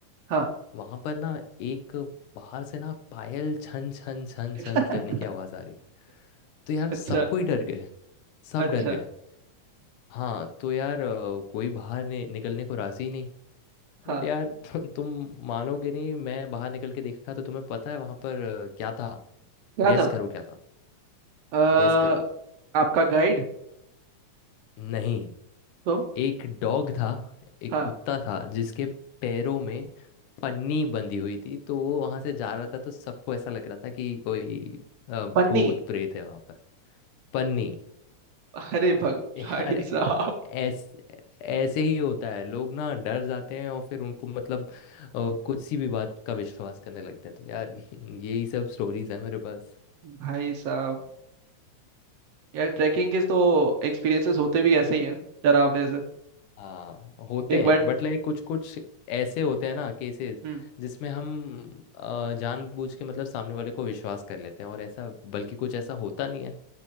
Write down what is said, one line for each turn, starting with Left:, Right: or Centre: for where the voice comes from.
Right: हाँ
Left: वहाँ पर ना एक बाहर से ना पायल छन छन छन
Right: <laughs>
Left: छन करने की आवाज़ आ रही तो यार
Right: अच्छा
Left: सब कोई डर गए सब
Right: अच्छा
Left: डर गए हाँ तो यार अ, कोई बाहर नि- निकलने को राज़ी नहीं
Right: हाँ
Left: बट यार तु- तुम मानोगे नहीं मैं बाहर निकल के देखा तो तुम्हें पता है वहां पर अ, क्या था
Right: क्या
Left: गैस
Right: था
Left: करो क्या था
Right: अ,
Left: गैस करो
Right: आपका गाइड
Left: नहीं
Right: तो
Left: एक डॉग था एक
Right: हाँ
Left: कुत्ता था जिसके पैरों में पन्नी बंधी हुई थी तो वो वहां से जा रहा था तो सबको ऐसा लग रहा था कि कोई अ, भूत
Right: पन्नी
Left: प्रेत है वहां पर पन्नी
Right: अरे भग
Left: यार
Right: भाई
Left: ऐ-
Right: साहब
Left: ऐस ऐसे ही होता है लोग ना डर जाते हैं और फिर उनको मतलब अ, कुछ सी भी बात का विश्वास करने लगते हैं तो यार <laughs> यही सब स्टोरीज है मेरे पास।
Right: भाई साहब यार ट्रैकिंग के तो एक्सपीरियंसेस होते भी ऐसे ही हैं डरावने से
Left: हाँ होते
Right: एक
Left: हैं
Right: बार
Left: बट लाइक कुछ कुछ ऐसे होते हैं ना केसेस
Right: हम्म
Left: जिसमें हम अ, जानबूझ के मतलब सामने वाले को विश्वास कर लेते हैं और ऐसा बल्कि कुछ ऐसा होता नहीं है